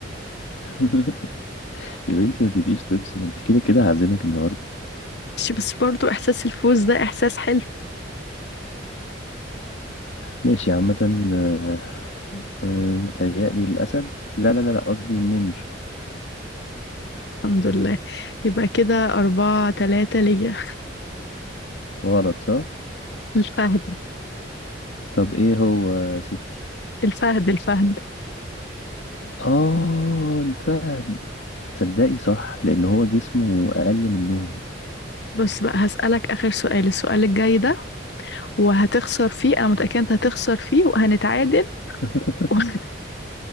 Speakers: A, on the left; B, on the left.
A: <laughs> يا بنتي ما تبقيش تفصل ما أنت كده كده هعزمك النهاردة
B: مش بس برضو إحساس الفوز ده إحساس حلو
A: ماشي عامة آه، آه، بتهيألي الأسد لا لا لا لا قصدي النمر
B: الحمد لله يبقى كده أربعة تلاتة ليا
A: غلط صح؟
B: الفهد
A: طب إيه هو يا ستي؟
B: الفهد الفهد
A: آه الفهد تصدقي صح لأن هو جسمه أقل منهم
B: بص بقى هسألك آخر سؤال السؤال الجاي ده وهتخسر فيه أنا متأكدة أنت هتخسر فيه وهنتعادل
A: <laughs>
B: <laughs>